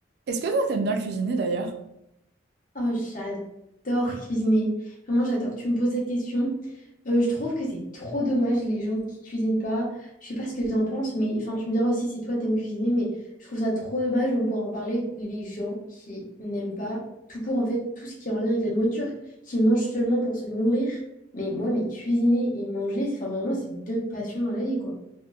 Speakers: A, on the right; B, on the left.
A: Est-ce que toi, t'aimes bien cuisiner d'ailleurs?
B: Oh, j'adore cuisiner. Vraiment, j'adore que tu me poses cette question. Euh, je trouve que c'est trop dommage les gens qui cuisinent pas. Je sais pas ce que tu en penses, mais enfin, tu me diras aussi si toi t'aimes cuisiner, mais je trouve ça trop dommage. On pourra en parler. Les gens qui n'aiment pas tout court en fait tout ce qui est en lien avec la nourriture, qui mangent seulement pour se nourrir. Mais moi, mais cuisiner et manger, enfin vraiment, c'est deux passions dans la vie, quoi.